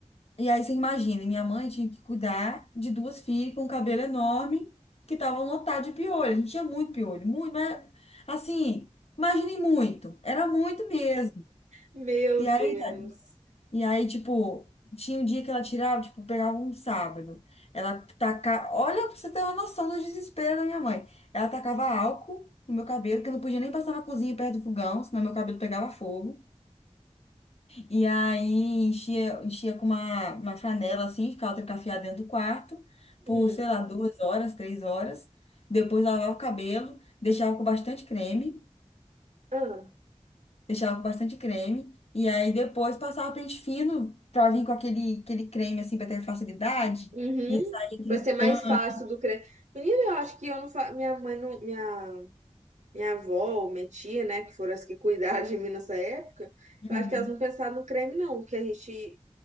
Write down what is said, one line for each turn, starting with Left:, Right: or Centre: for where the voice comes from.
Left: E aí você imagina, minha mãe tinha que cuidar de duas filhas com um cabelo enorme que estavam lotadas de piolho. A gente tinha muito piolho, muito, mas assim, imagine muito, era muito mesmo.
Right: Meu
Left: E aí,
Right: Deus.
Left: tá- e aí, tipo, tinha um dia que ela tirava, tipo, pegava um sábado. Ela tacava, olha, pra você ter uma noção do desespero da minha mãe. Ela tacava álcool no meu cabelo, que eu não podia nem passar na cozinha perto do fogão, senão meu cabelo pegava fogo. E aí enchia, enchia com uma, uma franela assim, ficava trancafiada dentro do quarto por,
Right: Hum.
Left: sei lá, duas horas, três horas. Depois lavava o cabelo, deixava com bastante creme,
Right: Ah.
Left: deixava com bastante creme. E aí depois passava pente fino pra vir com aquele, aquele creme assim pra ter facilidade.
Right: Uhum.
Left: E saía aquele
Right: Pra ser mais
Left: tanto.
Right: fácil do cre... Menina, eu acho que eu não fa... minha mãe não, minha minha avó ou minha tia, né, que foram as que cuidaram de mim nessa época,
Left: Uhum,
Right: eu acho que elas não pensaram no creme, não, que a gente,